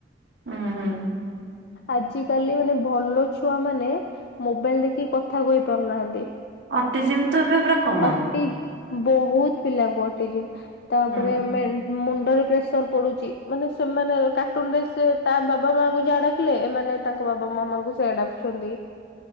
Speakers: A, on the right; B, on the left.
A: ହୁଁ ହୁଁ।
B: ଆଜିକାଲି ମାନେ ଭଲ ଛୁଆ ମାନେ ମୋବାଇଲ ଦେଖି କଥା କହି ପାରୁନାହାନ୍ତି।
A: ଅଟିଜିମ୍ ତ ଏବେ ପୁରା କମନ।
B: ଅଟି ବୋହୁତ ପିଲାଙ୍କୁ ଅଟି ଯିମ୍। ତାପରେ
A: ହୁଁ।
B: ମେନ ମୁଣ୍ଡରେ ପ୍ରେସର ପଡ଼ୁଚି। ମାନେ ସେମାନେ କାର୍ଟୁନ ରେ ସେ ତା ବାବା ମାଙ୍କୁ ଯାହା ଡ଼ାକିଲେ ଏମାନେ ତାଙ୍କ ବାବା ମାମାଙ୍କୁ ସେଇଆ ଡ଼ା ଛନ୍ତି